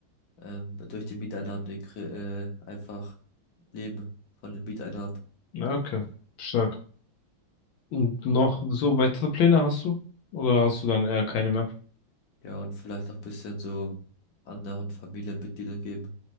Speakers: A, on the left; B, on the left.
A: ähm, durch die Mieteinnahmen den, Kre- äh, einfach leben von den Mieteinnahmen.
B: Ja, Okay. Stark. Und noch so weitere Pläne hast du? Oder hast du dann eher keine mehr?
A: Ja, und vielleicht auch ein bisschen so anderen Familienmitgliedern geben.